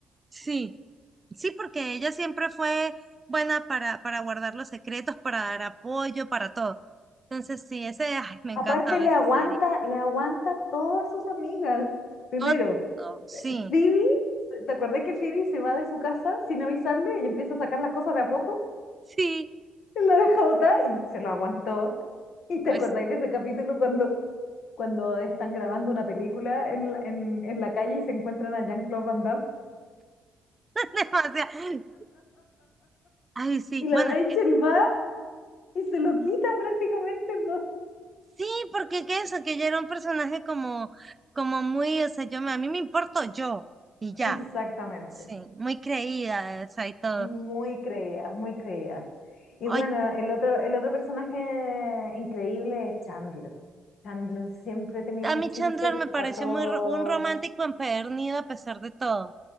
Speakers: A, on the right; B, on the left.
A: sí, sí, porque ella siempre fue buena para, para guardar los secretos, para dar apoyo, para todo. Entonces sí, ese, ay, me encantaba
B: Aparte le
A: esa
B: aguanta,
A: serie.
B: le aguanta todas sus amigas. Primero,
A: Otto, sí,
B: Phoebe, ¿te acuerdas que Phoebe se va de su casa sin avisarle y empieza a sacar las cosas de a poco?
A: sí,
B: Él la deja botar y se lo aguantó. ¿Y te
A: pues
B: acordáis de ese capítulo cuando, cuando están grabando una película en, la- en, en la calle y se encuentran a Jean-Claude Van Damme?
A: <laughs> demasiado. Ay, sí,
B: Y la
A: bueno,
B: Rachel va y se lo quitan prácticamente, po.
A: sí, porque que eso, que yo era un personaje como, como muy, o sea, yo me, a mí me importo yo y ya,
B: Exactamente.
A: sí, muy creída, o sea, y todo.
B: Muy creída, muy creída. Y
A: Ay,
B: bueno, el otro, el otro personaje increíble es Chandler. Chandler siempre tenía
A: a
B: un
A: mí
B: chiste
A: Chandler me pareció
B: para todo,
A: muy ro- un romántico empedernido a pesar de todo.